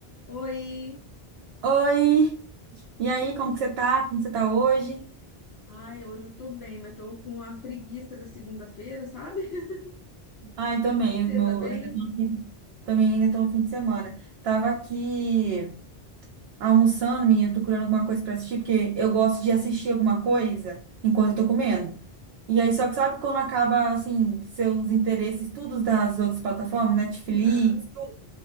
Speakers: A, on the left; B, on the right.
A: Oi!
B: Oi, e aí,
A: E
B: como
A: aí?
B: que você tá? Como você tá hoje?
A: Ai, hoje eu tô bem, mas tô com a preguiça da segunda-feira, sabe? <laughs>
B: Ai, também,
A: E Você
B: meu,
A: tá bem?
B: eu ainda tô no fim- também ainda tô no fim de semana. Tava aqui almoçando, menina, tô procurando alguma coisa pra assistir, porque eu gosto de assistir alguma coisa enquanto eu tô comendo. E aí, só que sabe quando acaba, assim, seus interesses, todos das outras plataformas, Netflix,
A: Aham.
B: tudo?